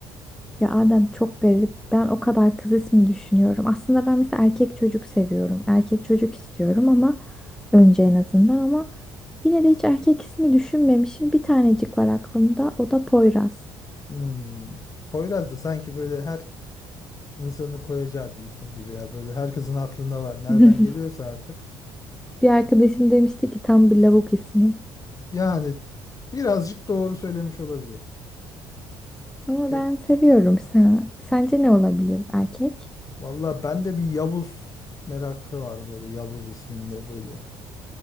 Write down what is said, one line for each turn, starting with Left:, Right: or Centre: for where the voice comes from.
Centre: Ya Adem çok garip. Ben o kadar kız ismi düşünüyorum. Aslında ben mesela erkek çocuk seviyorum. Erkek çocuk istiyorum ama önce en azından ama yine de hiç erkek ismi düşünmemişim. Bir tanecik var aklımda. O da Poyraz.
Left: Hmm. Poyraz da sanki böyle her insanın koyacağı bir isim gibi ya. Böyle herkesin aklında var. Nereden
Centre: <laughs>
Left: geliyorsa artık.
Centre: Bir arkadaşım demişti ki tam bir lavuk ismi.
Left: Yani birazcık doğru söylemiş olabilir.
Centre: Ama
Left: Be
Centre: ben seviyorum. Sen, sence ne olabilir erkek?
Left: Valla bende bir Yavuz merakı var böyle Yavuz isminde böyle.